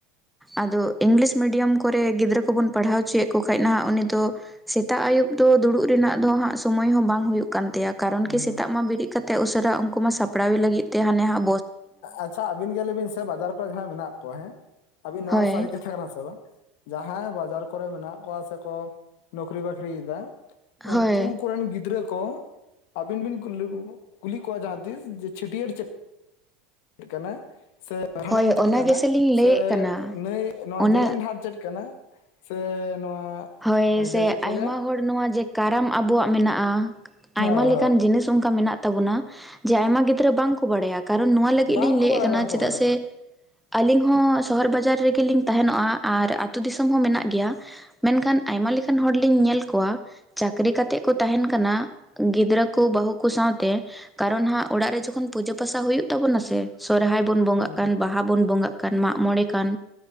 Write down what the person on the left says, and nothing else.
ᱦᱩᱸ
ᱟᱪᱪᱷᱟ ᱟᱹᱵᱤᱱ ᱜᱮ ᱞᱟᱹᱭ ᱵᱤᱱ ᱥᱮ ᱵᱟᱡᱟᱨ ᱠᱚ ᱨᱮ ᱡᱟᱦᱟᱸᱭ ᱢᱮᱱᱟᱜ ᱠᱚᱣᱟ ᱦᱮᱸ ᱟᱹᱵᱤᱱ ᱱᱚᱣᱟ
ᱥᱟᱹᱨᱤ ᱠᱟᱛᱷᱟ ᱠᱟᱱᱟ ᱥᱮ ᱵᱟᱝ? ᱡᱟᱦᱟᱸᱭ ᱵᱟᱡᱟᱨ ᱠᱚᱨᱮ ᱢᱮᱱᱟᱜ ᱠᱚᱣᱟ ᱥᱮᱠᱚ ᱱᱚᱠᱨᱤ ᱵᱟᱹᱠᱨᱤᱭᱮᱫᱟ᱾
ᱩᱱᱠᱩ ᱠᱚᱨᱮᱱ ᱜᱤᱫᱽᱨᱟᱹ ᱠᱚ ᱟᱹᱵᱤᱱ ᱵᱤᱱ <unintelligible> ᱠᱩᱞᱤ ᱠᱚᱣᱟ ᱡᱟᱦᱟᱸ ᱛᱤᱥ ᱡᱮ ᱪᱷᱟᱹᱴᱭᱟᱹᱨ ᱪᱮᱫ <unintelligible> ᱠᱟᱱᱟ᱾ ᱥᱮ ᱵᱷᱟᱸᱰᱟᱱ
ᱪᱮᱫ
ᱠᱟᱱᱟ
ᱥᱮ
ᱱᱟᱹᱭ ᱱᱚᱣᱟ
ᱡᱮᱞᱮᱧ ᱰᱟᱦᱟᱨ ᱪᱮᱫ ᱠᱟᱱᱟ? ᱥᱮ ᱱᱚᱣᱟ
ᱡᱮ ᱪᱮᱫ
ᱠᱚ ᱞᱟᱹᱭᱟ
ᱦᱳᱭ
ᱦᱳᱭ
ᱵᱟᱝᱠᱚ
ᱵᱟᱲᱟᱭᱟ
ᱵᱟᱝᱠᱚ
ᱵᱟᱲᱟᱭᱟ
ᱦᱩᱸ